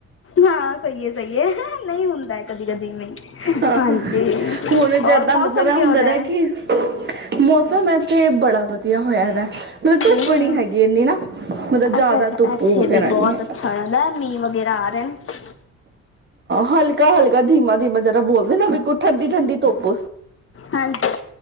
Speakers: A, on the left; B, on the right.
A: ਹਾਂ ਸਹੀ ਹੈ ਸਹੀ ਹੈ ਨਹੀਂ ਹੁੰਦਾ ਕਦੀ ਕਦੀ ਵੀ
B: ਹਾਂ
A: ਹਾਂਜੀ
B: ਹੁਣ ਜਿਆਦਾ
A: ਹੋਰ ਮੌਸਮ
B: ਮਤਲਬ ਇਹ
A: ਕਿੋ
B: ਹੁੰਦਾ
A: ਜਾਹਾ
B: ਨਾ
A: ਹੈ
B: ਕਿ ਮੌਸਮ ਹੈ ਤੇ ਬੜਾ ਵਧੀਆ ਹੋਇਆ ਹੈਗਾ ਮਤਲਬ ਧੁੱਪ
A: ਹਮ
B: ਨੀ ਹੈਗੀ ਇੰਨੀ ਨਾ ਮਤਲਬ ਜ਼ਿਆਦਾ
A: ਅੱਛਾ ਅੱਛਾ
B: ਧੁੱਪ
A: ਇੱਥੇ
B: ਹੋਣਾ
A: ਵੀ ਬਹੁਤ
B: ਨੀ ਹੈਗਾ
A: ਅੱਛਾ ਹੋ ਜਾਂਦਾ ਮੀਂਹ ਵਗੈਰਾ ਆ ਰਹੇ ਨੇ
B: ਹਲਕਾ ਹਲਕਾ ਧੀਮਾ ਧੀਮਾ ਜਰਾ ਬੋਲਦੇ ਨਾ ਵੀ ਕੋਈ ਠੰਡੀ ਠੰਡੀ ਧੁੱਪ
A: ਹਾਂਜੀ